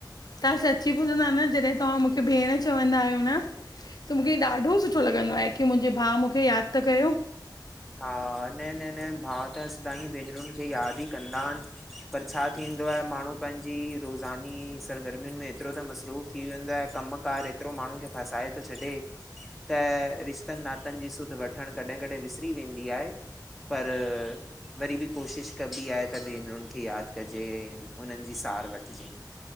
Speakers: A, on the left; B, in the centre.
A: तव्हां सची पुछंदा न, जॾहिं तव्हां मूंखे भेण चवंदा आहियो न त मूंखे ॾाढो सुठो लॻंदो आहे, की मुंहिंजे भाउ मूंखे यादि त कयो
B: हा, न न न भाउ त सदाईं भेनरुनि खे यादि ई कंदा आहिनि पर छा थींदो आहे, माण्हू पंहिंजी रोज़ानी सरगर्मियुनि में एतिरो त मसरूफ़ थी वेंदो आहे कम कार एतिरो माण्हुनि खे फसाए थो छॾे, त रिश्तनि नातनि जी सुध वठणु कॾहिं कॾहिं विस री वेंदी आहे पर वरी बि कोशिश कबी आहे, त भेनरुनि खे यादि कजे उननि जी तार वठिजे